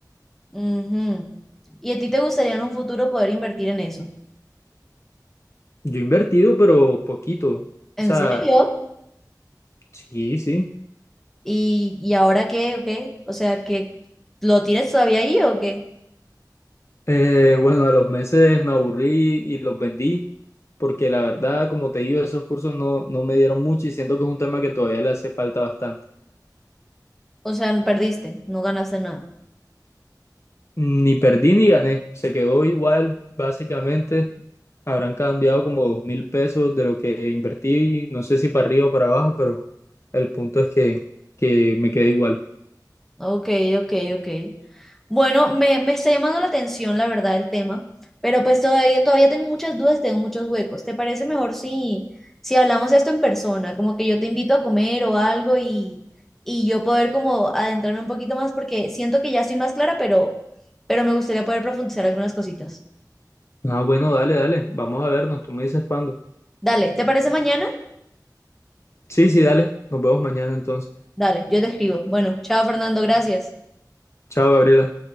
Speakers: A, in the centre; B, on the left.
A: Ujú. ¿Y a ti te gustaría en un futuro poder invertir en eso?
B: Yo he invertido, pero poquito.
A: ¿En
B: O sea,
A: serio?
B: sí, sí.
A: ¿Y, y ahora qué o qué? O sea, que lo tienes todavía ahí o qué?
B: Eh, bueno, a los meses me aburrí y los vendí, porque la verdad, como te digo, esos cursos no, no me dieron mucho y siento que es un tema que todavía le hace falta bastante.
A: O sea, perdiste, no ganaste nada.
B: Ni perdí ni gané, se quedó igual básicamente. Habrán cambiado como dos mil pesos de lo que invertí, no sé si para arriba o para abajo, pero el punto es que, que me quedé igual.
A: Ok, ok, ok. Bueno, me, me está llamando la atención, la verdad, el tema, pero pues todavía, todavía tengo muchas dudas, tengo muchos huecos. ¿Te parece mejor si, si hablamos esto en persona? Como que yo te invito a comer o algo y, y yo poder como adentrarme un poquito más porque siento que ya estoy más clara, pero, pero me gustaría poder profundizar algunas cositas.
B: Ah, bueno, dale, dale, vamos a vernos, tú me dices cuándo.
A: Dale, ¿te parece mañana?
B: Sí, sí, dale, nos vemos mañana entonces.
A: Dale, yo te escribo. Bueno, chao Fernando, gracias.
B: Chao, Gabriela.